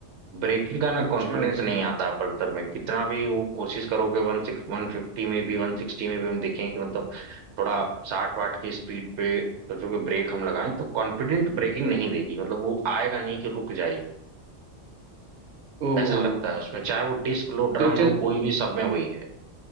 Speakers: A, on the right (about 70°); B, on the right (about 55°).
A: ब्रेकिंग का ना
B: अच्छा
A: कॉन्फिडेंस नहीं आता है पल्सर में कितना भी वो कोशिश करोगे वन सिक्स वन फिफ्टी में भी वन सिक्सटी में भी हम देखें कि मतलब थोड़ा साठ वाट की स्पीड पे सोचो कि ब्रेक हम लगाएं तो कॉन्फिडेंट ब्रेकिंग नहीं देगी मतलब वो आएगा नहीं कि रुक जाएगी
B: ओ
A: ऐसा लगता है उसमें चाहे वो डिस्क लो ड्रम
B: तो चल
A: लो कोई भी सब में वही है